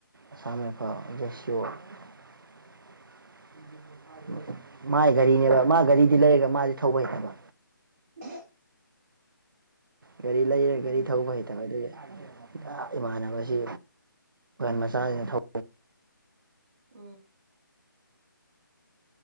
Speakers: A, on the right; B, on the right.
A: ꯑꯁꯝ ꯔꯥꯏꯐꯜ <unintelligible> <unintelligible> ꯃꯥꯥꯏ ꯘꯔꯤꯅꯦꯕ ꯃꯥ ꯘꯔꯤꯗꯤ ꯂꯩꯔꯒ ꯃꯥꯗꯤ ꯊꯧꯕ ꯍꯩꯇꯕ
B: <unintelligible>
A: ꯒꯥꯔꯤ ꯂꯩꯔ
B: ꯎꯝ
A: ꯒꯥꯔꯤ ꯊꯧꯕ ꯍꯩꯇꯕ ꯑꯗꯨꯒꯤ <unintelligible> ꯏꯃꯥꯟꯅꯕꯁꯤ ꯃꯆꯥꯁꯤꯡꯅ ꯊꯧ
B: ꯎꯝ